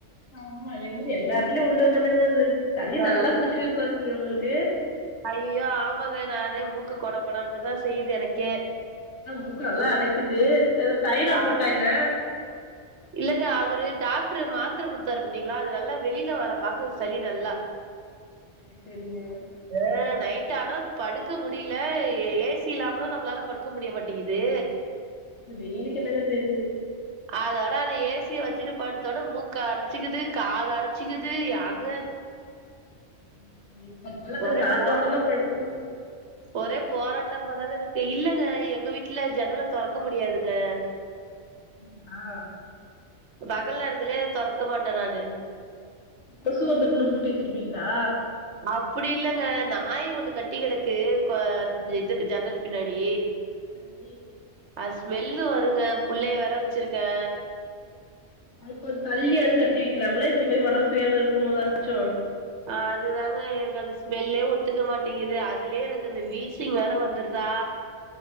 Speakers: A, on the left; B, on the right.
A: ஆமா அது என்னமோ எல்லாடத்துலயு உள்ள தானேங்க அது சளி
B: ஆ,
A: நல்லா புடிச்சிருக்குப்போலருக்குங்க உங்களுக்கு
B: ஐய்யயோ ஆமாங்க நானே மூக்கு கொட கொடண்ட்டுதா செய்யுது எனக்கே
A: மூக்கு நல்லா அடைக்குது தயிலோன்
B: ஆ,
A: போட்டா என்ன
B: இல்லங்க அவரு டாக்டரு மாத்திர கொடுத்தாரு பத்தீங்களா அது நல்லா வெளியில வர பாக்குது சளி நல்லா
A: செரி செரிங்க
B: அ நைட்டானா படுக்க முடியல ஏ சி இல்லாமலு நம்மளால படுக்க முடிய மாட்டேன்கிது
A: வெய்லுக்கு என்னங்க செய்றது
B: அதா ஆனா அத ஏசிய வச்சுட்டு படுத்தாலுட மூக்க அடச்சிக்குது காது அடச்சிக்குது ஏங்க
A: ம் கொஞ்சல்ல கொஞ்சோ
B: ஒரே
A: காத்தோட்டமா
B: போரா
A: படுத்து
B: ஒரே போராட்டமாதாங்கருக்கு இல்லங்க எங்க வீட்ல ஜன்னல திறக்க முடியாதுங்க
A: ஆ
B: பகல் நேரதுலே தெறக்க மாட்டே நானு
A: கொசு வந்துருன்னு பூட்டி வச்சிருப்பீங்களா
B: அப்டி இல்லங்க நாய் ஒண்ணு கட்டி கிடக்கு க இதுக்கு ஜன்னல் பின்னாடி
A: சரி
B: அது ஸ்மெல்லு வருங்க பிள்ளைய வேற வச்சிருக்கே
A: அது தள்ளியாது கட்டி வைக்கலாமல இந்த மாரி உடம்பு சரியில்லாமருக்கும் போதாச்சு
B: ஆ அதுதாங்க எனக்கு அந்த ஸ்மெல்லே ஒத்துக்க மாட்டேங்குது அதுலே எனக்கு அந்த வீசிங் வேற வந்துருதா